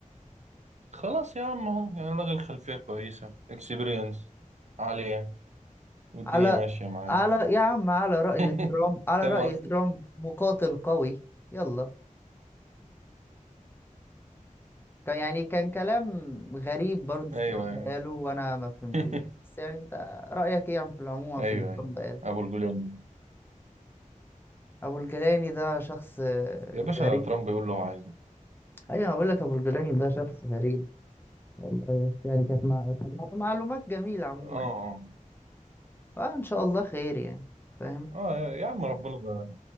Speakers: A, on the right; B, on the left.
A: خلاص يا عم اهو يعني لغي الخلفية كويسة اكسبيرينس عالية والدنيا
B: على
A: ماشية معاه
B: على يا عم على رأي
A: <laughs>
B: ترامب على
A: فاهم
B: رأي
A: قصدي؟
B: ترامب مقاتل قوي يلا كان يعني كان كلام غريب برضه
A: ايوه
B: ترامب
A: ايوه
B: قاله
A: <laughs>
B: وأنا ما فهمتوش بس يعني أنت رأيك إيه عم في العموم
A: ايوه
B: في اللي
A: ايوه
B: ترامب قاله
A: ابو الجولان
B: أبو الجيلاني ده شخص
A: يا باشا
B: غريب
A: ترامب يقول له هو عايزه
B: ايوه بقول لك ابو الجولاني ده شخص غريب والله يعني كانت مع... كانت مع- معلومات جميله عموما
A: اه اه
B: فان شاء الله خير يعني فاهم
A: اه يا يا عم ربنا